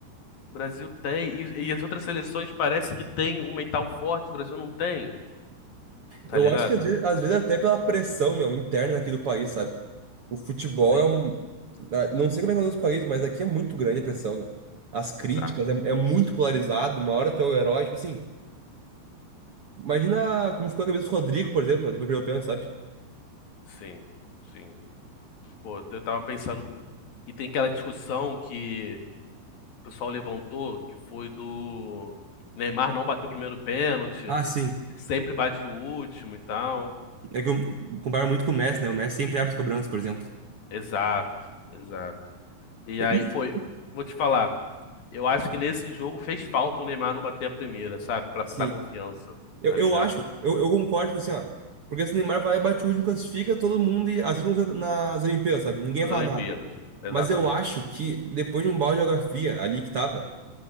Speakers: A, on the left (about 60°); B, on the right (about 50°).
A: Brasil tem. E, e as outras seleções parece que tem um mental forte, o Brasil não tem, tá
B: Eu
A: ligado?
B: acho que às vezes, às vezes até pela pressão, meu, interna aqui do país, sabe? O futebol
A: Sim,
B: é um. ah, Não sei como é que é nos outros países, mas aqui é muito grande a pressão, meu. As críticas
A: exato.
B: é, é muito polarizado. Uma hora tu é o herói, tipo assim. Imagina como ficou a cabeça do Rodrigo, por exemplo, meu, depois perdeu o pênalti, sabe?
A: Sim, sim. Pô, eu tava pensando. E tem aquela discussão que o pessoal levantou, que foi do Neymar não bateu o primeiro pênalti,
B: Ah, sim.
A: sempre bate o último e tal.
B: É que eu comparo muito com o Messi, né? O Messi sempre abre as cobranças, por exemplo.
A: Exato, exato. E aí,
B: Isso,
A: pô, vou te falar, eu acho que nesse jogo fez falta o Neymar não bater a primeira, sabe? Pra passar
B: sim.
A: confiança,
B: Eu,
A: tá ligado?
B: eu acho, eu, eu concordo, tipo assim, ó. Porque se o Neymar vai, bate o último, classifica todo mundo, e, assim como foi nas Olimpíadas, sabe? Ninguém
A: Nas
B: fala
A: Olimpíadas,
B: nada. Mas
A: exatamente.
B: eu acho que depois de um balde de água fria ali que tava,